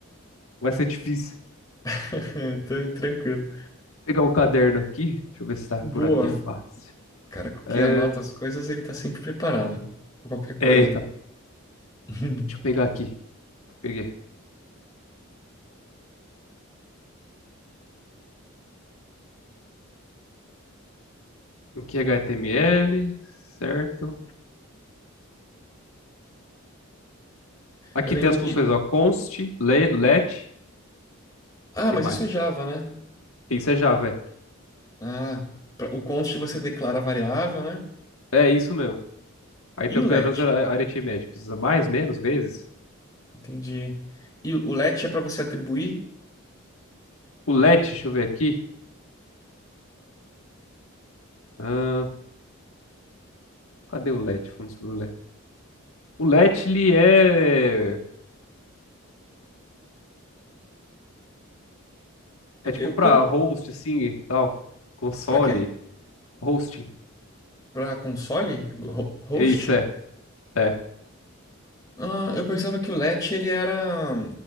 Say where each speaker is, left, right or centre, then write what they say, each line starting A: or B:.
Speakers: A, on the left; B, on the left.
A: vai ser difícil.
B: <laughs> É, Tran- Tranquilo.
A: Pegar um caderno aqui, deixa eu ver se tá
B: Boa.
A: por aqui fácil.
B: Cara que
A: É,
B: anota as coisas, ele tá sempre preparado. Pra qualquer coisa.
A: é então,
B: <laughs>
A: deixa eu pegar aqui. Peguei. Aqui é HTML, certo? Aqui
B: Eu lembro
A: tem as funções,
B: que.
A: ó, const, le- let,
B: Ah,
A: que
B: mas
A: mais?
B: isso é Java, né?
A: Isso é Java, é.
B: Ah, pra- o const você declara a variável, né?
A: É isso mesmo. Aí tem
B: E o
A: operadores
B: let?
A: ar- aritméticos, mais, menos, vezes.
B: Entendi. E o o LET é para você atribuir?
A: O let, deixa eu ver aqui. Ah, cadê o let? Vamos sobre o let. O let, ele é É tipo
B: Eu
A: pra
B: pelo
A: host, assim, e tal. Console,
B: para quê?
A: hosting.
B: Para console? Ho- Host?
A: É isso, é. É.
B: Ah, eu pensava que o LET ele era